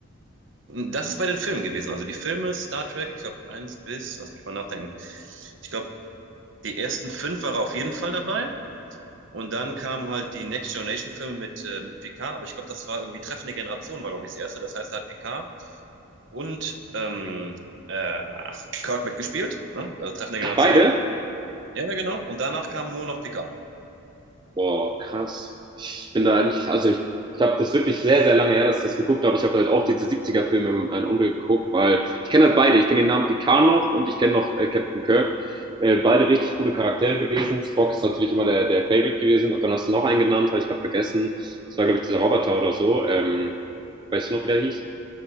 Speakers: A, on the right; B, on the right.
A: Das ist bei den Filmen gewesen. Also die Filme Star Trek, ich glaube, eins bis, lass mich mal nachdenken. Ich glaube, die ersten fünf waren auf jeden Fall dabei. Und dann kamen halt die Next Generation Filme mit, äh, mit Picard, aber ich glaube, das war irgendwie Treffende Generation, war, glaube ich, das erste. Das heißt, da hat Picard und ähm, äh, Kirk mitgespielt, ne? also Treffende Generation.
B: Beide?
A: Ja, ja, genau. Und danach kam nur noch Picard.
B: Boah, krass. Ich bin da eigentlich, also ich, ich habe das wirklich sehr, sehr lange her, dass ich das geguckt habe. Ich habe halt auch diese siebziger filme mit meinem Onkel geguckt, weil ich kenne halt beide. Ich kenne den Namen Picard noch und ich kenne noch äh, Captain Kirk. Äh, beide richtig gute Charaktere gewesen. Spock ist natürlich immer der, der Favorite gewesen. Und dann hast du noch einen genannt, habe ich gerade vergessen. Das war, glaube ich, dieser Roboter oder so. Ähm, weißt du noch, wie der hieß?